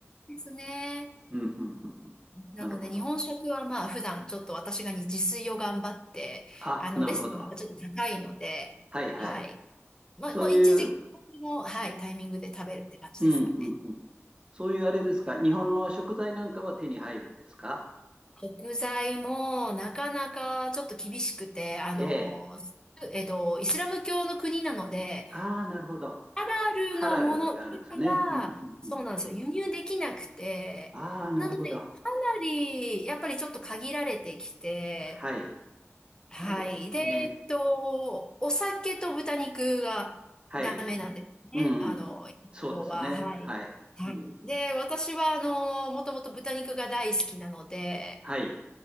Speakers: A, on the left; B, on the right.
A: ですね。
B: うん、うん、うん。
A: なので日本食はまあ普段ちょっと私がね自炊を頑張って、
B: なるほど。あ、
A: あの、
B: なるほど。
A: レストランがちょっと高いので、
B: はいはい。
A: はい。まあ、
B: そういう、
A: もう一時期の、はい、タイミングで食べるって感じですかね。
B: うんうんうん。そういうあれですか。日本の食材なんかは手に入るんですか
A: 食材もなかなかちょっと厳しくて、あの、
B: ええ。
A: えっと、イスラム教の国なので、
B: ああ、なるほど。
A: ハラルのもの以外は、
B: ハラルがあるんですね。うんうんうん。
A: そうなんですよ、輸入できなくて、
B: ああ、なるほど。
A: なので、かなり、やっぱりちょっと限られてきて、
B: はい。
A: はい。
B: なるほどね。
A: で、えっと、お酒と豚肉がダメなんですね。
B: はい。うんうん。
A: あの、
B: そうですね。
A: 要は、はい。
B: はい。
A: はい。
B: うん、
A: で、私は、あの、もともと豚肉が大好きなので、
B: はい。